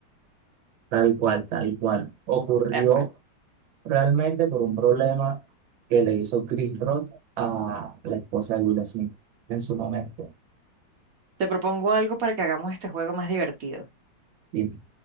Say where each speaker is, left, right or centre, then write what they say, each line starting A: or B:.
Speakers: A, on the right; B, on the right.
A: tal cual, tal cual. Ocurrió
B: Epa.
A: realmente por un problema que le hizo Chris Rock a la esposa de Will Smith en su momento.
B: Te propongo algo para que hagamos este juego más divertido.
A: Y,